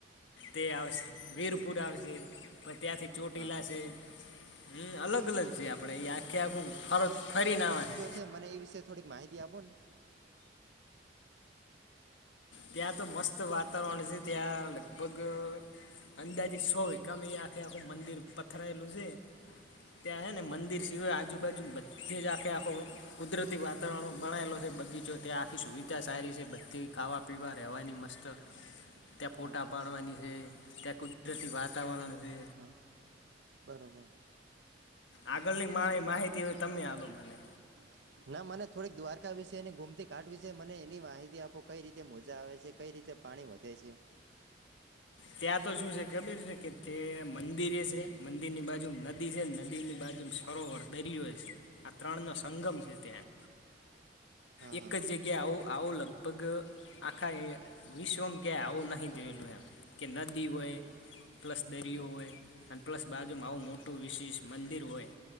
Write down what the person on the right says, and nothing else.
હા હા
હા
કે મને એ વિશે થોડીક માહિતી આપોને.
હા
હા
હા હા
હ બરોબર.
હ ના મને થોડીક દ્વારકા વિશે અને ગોમતી ઘાટ વિશે મને એની માહિતી આપો કઈ રીતે મોજા આવે છે કઈ રીતે પાણી વધે છે.
હા
હા